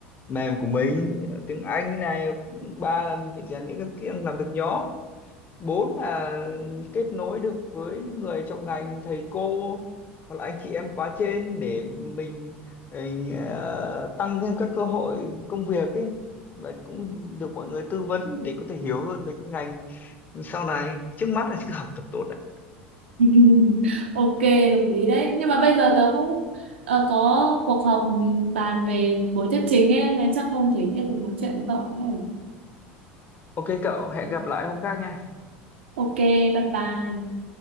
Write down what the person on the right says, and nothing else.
<laughs> ok hợp lý đấy nhưng mà bây giờ tớ cũng ờ, có cuộc họp bàn về buổi thuyết trình ấy nên chắc không thể tiếp tục nói chuyện với cậu nữa
ok bye bye